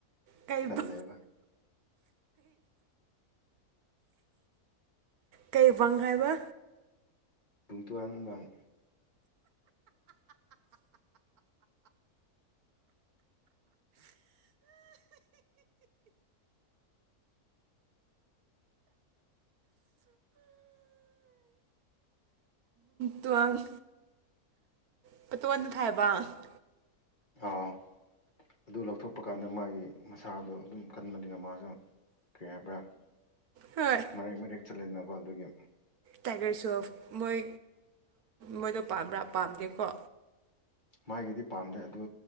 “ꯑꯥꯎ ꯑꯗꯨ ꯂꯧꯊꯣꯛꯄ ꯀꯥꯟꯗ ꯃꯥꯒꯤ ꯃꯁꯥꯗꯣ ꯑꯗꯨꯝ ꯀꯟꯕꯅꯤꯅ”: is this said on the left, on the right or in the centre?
Left